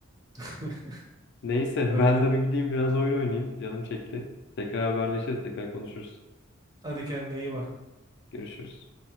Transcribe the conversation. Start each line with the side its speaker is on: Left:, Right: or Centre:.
Right: <laughs>
Left: Neyse
Right: Öyle.
Left: ben de bir gideyim biraz oyun oynayayım. Canım çekti. Tekrar haberleşiriz, tekrar konuşuruz.
Right: Hadi kendine iyi bak.
Left: Görüşürüz.